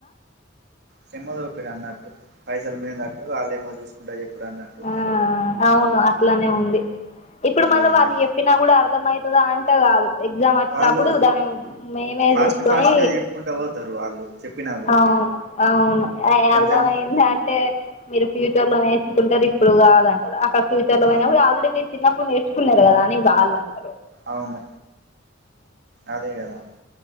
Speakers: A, on the right; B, on the left.
A: శ్రమ దోపిడి అన్నట్టు పైసలు మేము కట్టుడు వాళ్ళు ఏమో చూసుకుంట చెప్పుడు. అన్నట్టు
B: ఆ అవును అట్లనే ఉంది. ఇప్పుడు
A: ఇగ
B: మళ్ళీ వాళ్ళు చెప్పినా కూడా అర్థమయి దా అంటె కాదు ఎగ్జామ్ వచ్చినప్పుడు
A: వాళ్ళు
B: దాన్ని మేమే
A: ఫాస్ట్
B: చూసుకొని
A: ఫాస్ట్ గా చెప్పుకుంటా పోతారు వాళ్ళు చెప్పినా కూడా
B: అవును అవును
A: కొంచెం
B: అర్థమయిందా అంటే మీరు ఫ్యూచర్ లో నేర్చుకుంటారు ఇప్పుడు కాదంటారు. అక్కడ ఫ్యూచర్ లో
A: ఆ
B: పోయినా కూడా ఆల్రెడీ నేర్చు చిన్నప్పుడు నేర్చుకున్నారు కదా అని బాధా అంతే
A: అవును అదే అదే